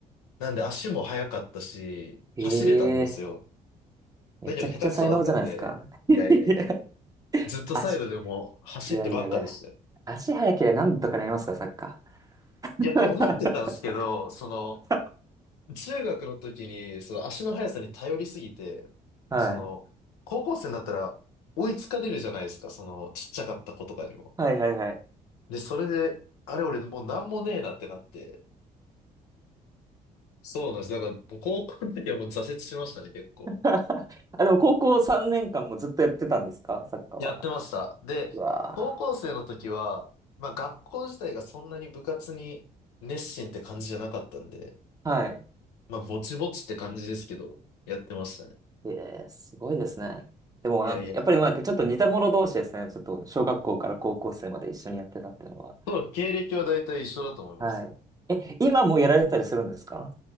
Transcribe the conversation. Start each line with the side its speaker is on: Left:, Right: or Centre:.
Left: なんで足も速かったし、
Right: ええ
Left: 走れたんですよ。
Right: めちゃくちゃ才能じゃないですか。
Left: だけど下手くそだったんで、いやいやいや、
Right: <laughs> いや
Left: ずっとサイドでも走ってばっかでしたよ。
Right: 足、いやいやいや。足速ければ何とかなりますか、サッカ
Left: いや、って思ってたんですけど、
Right: ー。
Left: その、
Right: <laughs>
Left: 中学の時に、その足の速さに頼りすぎて、
Right: はい。
Left: その、高校生になったら追いつかれるじゃないですか、その、ちっちゃかった子とかにも。
Right: はいはいはい。
Left: で、それで、あれ俺もうなんもねえなってなって、そうなんです。だから、もう高校の時はもう挫折しましたね、結構。
Right: <laughs> あ、でも高校3年間もずっとやってたんですか、サッカーは。
Left: やってました。で、
Right: うわ
Left: 高校生の時は、まあ学校自体がそんなに部活に熱心って感じじゃなかったんで、
Right: ー。はい。
Left: まあぼちぼちって感じですけど、やってましたね。
Right: ええ、すごいですね。でもなんか、
Left: いやいや、
Right: やっぱりなんかちょっと似た者同士ですね。ちょっと小学校から高校生まで一緒にやってたっていうのは。
Left: そう、経歴は大体一緒だと思いますね。
Right: はい。え、今もやられてたりするんですか